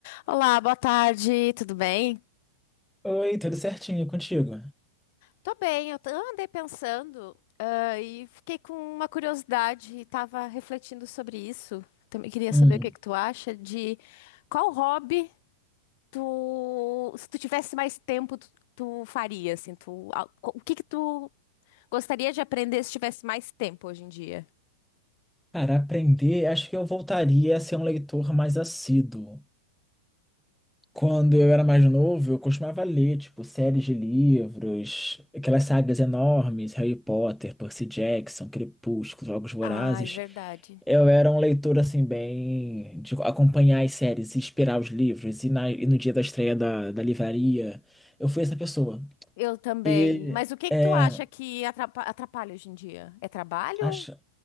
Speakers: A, on the left; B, in the centre.
A: Olá, boa tarde, tudo bem?
B: Oi, tudo certinho contigo?
A: Tô bem, eu t- andei pensando, ah, e fiquei com uma curiosidade e tava refletindo sobre isso. Também queria
B: Hum,
A: saber o que que tu acha de qual hobby tu, se tu tivesse mais tempo, tu, tu faria, assim, tu, a- co- o que que tu gostaria de aprender se tivesse mais tempo hoje em dia?
B: cara, aprender, acho que eu voltaria a ser um leitor mais assíduo. Quando eu era mais novo, eu costumava ler, tipo, séries de livros, aquelas sagas enormes, Harry Potter, Percy Jackson, Crepúsculo, Jogos Vorazes.
A: Ai, verdade.
B: Eu era um leitor, assim, bem... de acompanhar as séries, e esperar os livros, e, na- e no dia da estreia da, da livraria. Eu fui essa pessoa.
A: Eu também.
B: E,
A: Mas o que
B: é...
A: que tu acha que atrapa- atrapalha hoje em dia? É trabalho?
B: Acho...